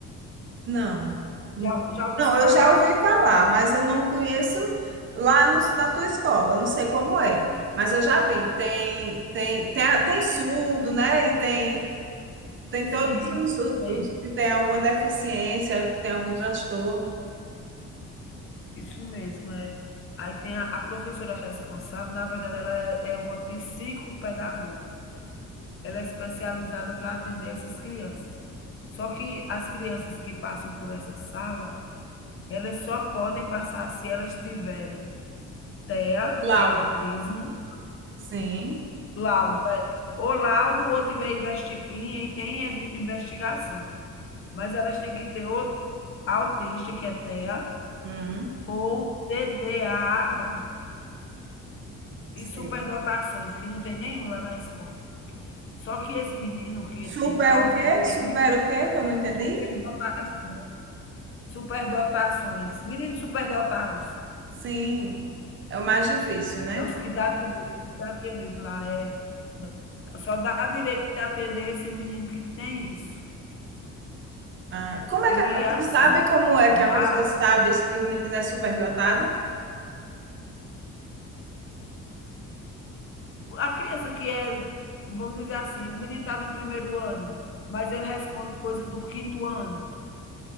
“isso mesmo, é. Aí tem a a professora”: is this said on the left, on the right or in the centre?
Left